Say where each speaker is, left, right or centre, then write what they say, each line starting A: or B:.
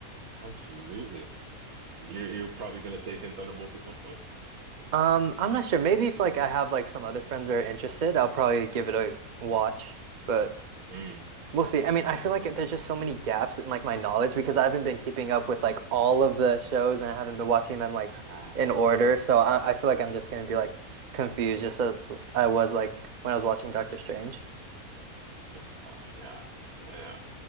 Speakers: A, on the right; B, on the right.
A: Absolutely. You're you're probably gonna take in Thunderbolts at some point.
B: Um, I'm not sure. Maybe if like I have like some other friends that are interested, I'll probably give it a watch. But
A: Mm.
B: We'll see. I mean, I feel like there's just so many gaps in like my knowledge because I haven't been keeping up with like all of the shows and I haven't been watching them like
A: Ah,
B: in order. So I, I feel like I'm just gonna be like confused just as I was like when I was watching Doctor Strange.
A: good stuff. Yeah. Yeah, yeah.